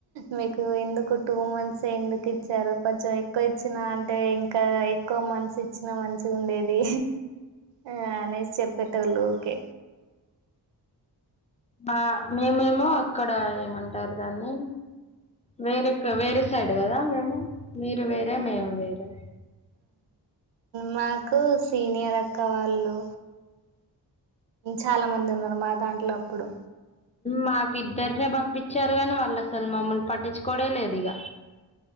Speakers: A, on the right; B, on the left.
A: మీకు ఎందుకు టూ మంత్స్ ఎందుకు ఇచ్చారు కొంచెం ఎక్కువ ఇచ్చినా అంటే ఇంకా ఎక్కువ మంత్స్ ఇచ్చిన మంచిగ ఉండేది ఆ అనే చెప్ పెట్టలు ఓకే
B: బా మేమేమో అక్కడ ఏమంటారు దాన్ని వేరే వేరే సైడ్ కదా మేము మీరు వేరే మేము వేరే
A: మాకు సీనియర్ అక్క వాళ్ళు చాలా మంది ఉన్నారు మా దాంట్లో అప్పుడు
B: మాకు ఇద్దరినే పంపించారు కానీ వాళ్ళు అసలు మమ్మల్ని పట్టించుకోవుడే లేదు ఇక